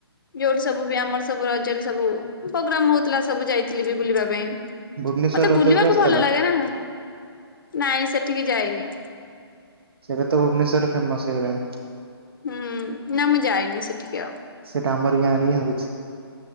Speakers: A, on the left; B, on the right.
A: ଯୋଉଠି ସବୁ ବି ଆମର ସବୁ ରଜରେ ସବୁ ପ୍ରୋଗ୍ରାମ ହଉଥିଲା, ସବୁ ଯାଇଥିଲି ବି ବୁଲିବା ପାଇଁ।
B: ଭୁବନେଶ୍ୱର
A: ମତେ
B: ରଜକୁ
A: ବୁଲିବାକୁ
B: ଆସିଥିଲ
A: ଭଲ ଲାଗେ ନା। ନାଇଁ ସେଠିକି ଯାଇନି।
B: ସେଇଟା ତ ଭୁବନେଶ୍ୱରରେ ଫେମସ୍ ହେଇଗଲାଣି?
A: ହୁଁ, ନା, ମୁଁ ଯାଇନି ସେଠିିକି ଆଉ।
B: ସେଇଟା ଆମରି ଗାଁରେ ହିଁ ହଉଛି।